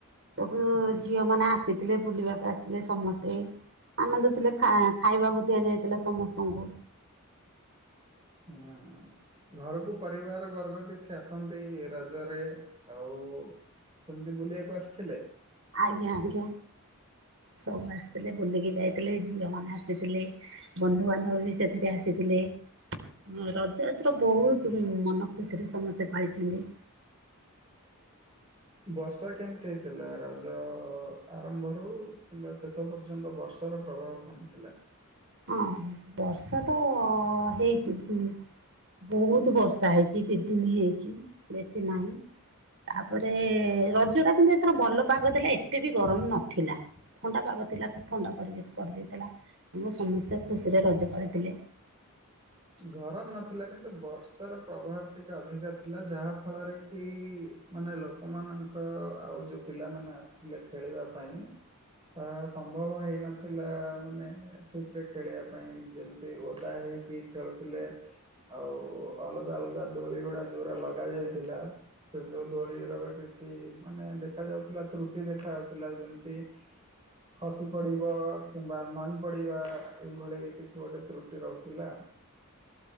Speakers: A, on the right; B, on the right.
A: ସବୁ
B: ହୁଁ ହୁଁ।
A: ଝିଅ ମାନେ ଆସି ଥିଲେ ବୁଲିବାକୁ ଆସିଥିଲେ ସମସ୍ତେ। ଆନନ୍ଦ ଥିଲେ ଖା-ଖାଇବାକୁ ଦିଆଯାଇଥିଲା ସମସ୍ତ ତାଙ୍କୁ।
B: ହୁଁ। ଘରକୁ ପରିବାର ବର୍ଗ କିଛି ଆସନ୍ତି ରଜରେ ଆଉ ସେମିତି ବୁଲିଆକୁ ଆସିଥିଲେ?
A: ଆଜ୍ଞା ଆଜ୍ଞା। ସବୁ ଆସିଥିଲେ ବୁଲିକି ଯାଇଥିଲେ ଝିଅମାନେ ଆସିଥିଲେ। ବନ୍ଧୁବାନ୍ଧବ ବି ସେଥିରେ ଆସିଥିଲେ। ହଁ ରଜ ଏଥର ବୋହୁତ୍ ମନ ଖୁସିରେ ସମସ୍ତେ ପାଳିଛନ୍ତି।
B: ବର୍ଷା କେମତି ହେଇଥିଲା ରଜଅ ଆରମ୍ଭରୁ କିମ୍ବା ଶେଷ ପର୍ଯ୍ୟନ୍ତ ବର୍ଷାର ପ୍ରଭାବ କଣ ଥିଲା?
A: ହଁ ବର୍ଷା ତ ହେଇଛି। ବୋହୁତ୍ ବର୍ଷା ହେଇଛି। ଯତେଦିନ୍ ହେଇଛି ବେଶୀ ନାହିଁ। ତାପରେ, ରଜ ଟା କିନ୍ତୁ ଏଥର ଭଲ ପାଗ ଦେଲା ଏତେ ବି ଗରମ ନଥିଲା। ଥଣ୍ଡା ପାଗ ଥିଲା ତ ଥଣ୍ଡା ପରିବେଶ କରିଦେଇଥିଲା ଏବଂ ସମସ୍ତେ ଖୁସିରେ ରଜ ପାଳିଥିଲେ।
B: ଗରମ ନଥିଲା କିନ୍ତୁ ବର୍ଷାର ପ୍ରଭାବ ଟିକେ ଅଧିକା ଥିଲା ଯାହାଫଳରେ କି ମାନେ ଲୋକମାନଙ୍କ, ଆଉ ଯୋଉ ପିଲାମାନେ ଆସିଥିଲେ ଖେଳିବା ପାଇଁ ତାହା ସମ୍ଭବ ହେଇନଥିଲା, ମାନେ ଠିକ୍ ରେ ଖେଳିବା ପାଇଁ ଯେମିତି ଓଦା ହେଇକି ଖେଳୁଥିଲେ। ଆଉ ଅଲଗା ଅଲଗା ଦୋଳି ଗୁଡା ଜୋଉଗୁଡା ଲଗା ଯାଇଥିଲା ସେ ଯୋଉ ଦୋଳିର ବା କିଛି ମାନେ ଦେଖାଯାଉଥିଲା ତ୍ରୁଟି ଦେଖାଯାଉଥିଲା ଯେମିତି ଖସି ପଡ଼ିବ, କିମ୍ବା ନଈଁ ପଡ଼ିବା, ଏଇଭଳି କିଛି ଗୋଟେ ତ୍ରୁଟି ରହୁଥିଲା।